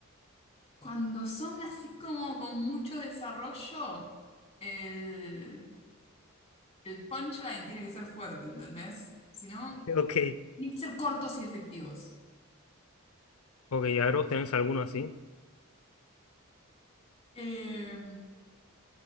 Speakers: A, on the left; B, on the left.
A: Cuando son así como con mucho desarrollo, el, el punchline tiene que ser fuerte, ¿entendés? Si no,
B: <laughs> ok.
A: tienen que ser cortos y efectivos.
B: Ok, ahora vos tenés alguno así.
A: Eh,